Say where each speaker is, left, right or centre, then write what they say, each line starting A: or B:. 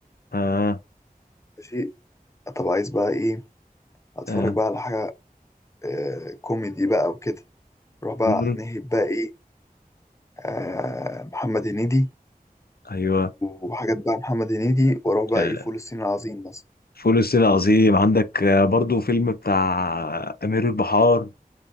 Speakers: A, on the left; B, on the left.
A: اه
B: ماشي طب عايز بقى ايه اتفرج
A: اه
B: بقى على حاجه آه كوميدي بقى وكده اروح بقى
A: مم.
B: نهب بقى ايه آه محمد هنيدي
A: ايوه
B: وحاجات بقى محمد هنيدي واروح بقى
A: آه.
B: ايه فول الصين العظيم مثلا
A: فول الصين العظيم عندك آه برضو فيلم بتاع آه، امير البحار